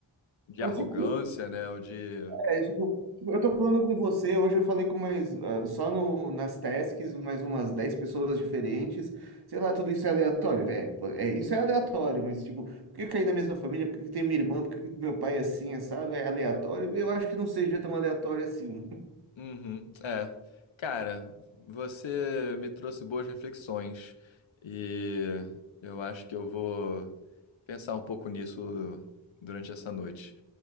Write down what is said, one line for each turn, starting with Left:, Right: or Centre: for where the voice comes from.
Left: de
Right: Mas
Left: arrogância,
Right: tipo,
Left: né? Ou de
Right: É, tipo, tipo, eu tô falando com você, hoje eu falei com mais, ah, só no, nas tasks, mais umas 10 pessoas diferentes, sei lá, tudo isso é aleatório, é, pô, é, isso é aleatório, mas tipo, por que cair na mesma família, por que que tem minha irmã, por que que meu pai é assim, assado, é aleatório? Eu acho que não seja tão aleatório assim.
Left: Uhum, é. Cara, você me trouxe boas reflexões e eu acho que eu vou pensar um pouco nisso durante essa noite.